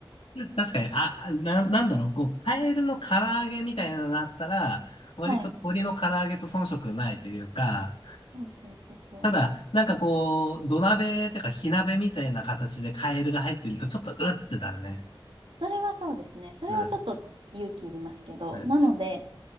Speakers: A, on the left (about 80°); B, on the right (about 80°).
A: 確かに、あ、な、なんだろう、こう、カエルの唐揚げみたいなのだったら、割と鶏の唐揚げと遜色ないというか、
B: <laughs> はいそうそうそうそう。
A: ただ、なんかこう、土鍋とか火鍋みたいな形でカエルが入ってると、ちょっとうってなるね。
B: それはそうですね。それはちょっと勇気いりますけど、
A: うん、うん。
B: なので、